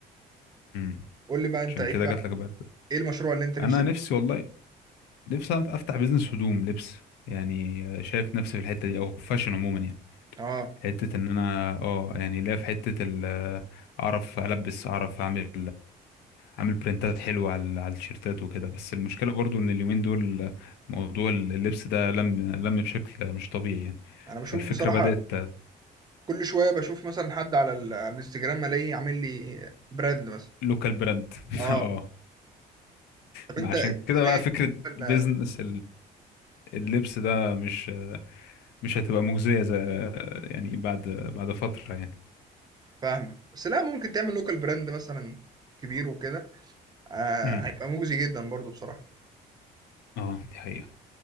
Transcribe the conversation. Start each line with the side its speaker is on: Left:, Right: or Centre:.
Left: امم
Right: قُل لي بقى أنت
Left: عشان
Right: إيه
Left: كده
Right: بقى
Left: جات لك بقى
Right: إيه المشروع اللي أنت نِفْسك
Left: انا نفسي والله نفسي أنا افتح بيزنس هدوم لبس يعني شايف نفسي في الحتة دي او فاشن عموما يعني.
Right: آه.
Left: حتة ان انا اه يعني ليا في حتة ال اعرف البس اعرف اعمل اعمل برنتات حلوة على على التيشيرتات وكده بس المشكلة برضو ان اليومين دول موضوع اللبس ده لم لم بشكل مش طبيعي يعني
Right: أنا باشوف
Left: فالفكرة
Right: بصراحة
Left: بدأت
Right: كل شوية باشوف مثلًا حد على ال على الإنستجرام ألاقيه عامل لي brand مثلًا.
Left: لوكال براند <laughs>
Right: آه.
Left: اه
Right: طب
Left: ما
Right: أنت
Left: عشان
Right: اشمعنى
Left: كده بقى
Right: يعني
Left: فكرة
Right: ال
Left: بيزنس
Right: ال
Left: اللبس ده مش مش هتبقى مجزية زي يعني بعد بعد فترة يعني
Right: فاهمك. بس لأ، ممكن تعمل local brand مثلًا كبير وكده، آآ
Left: امم
Right: هيبقى مُجزي جدًا برضه بصراحة.
Left: اه دي حقيقة